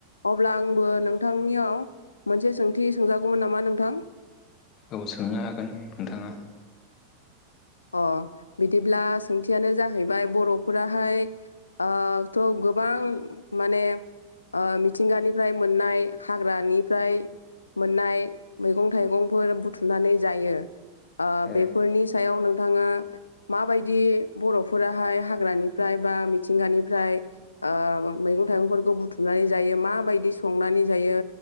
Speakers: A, on the left; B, on the left.
A: अब्ला आंबो नोंथांनियाव मोनसे सोंथि सोंजागौमोन नामा नोंथां
B: औ सोंनो हागोन नोंथाङा
A: अ बिदिब्ला सोंथियानो जाहैबाय बर'फोराहाय आ थ' गोबां माने ओ मिथिंगानिफ्राय मोननाय हाग्रानिफ्राय मोननाय मैगं थाइगंफोर बुथुमनानै जायो आ बेफोरनि
B: ए
A: सायाव नोंथाङा माबायदि बर'फोराहाय हाग्रानिफ्राय बा मिथिंगानिफ्राय ओ मैगं थाइगंफोरखौ बुथुमनानै जायो माबायदि संनानै जायो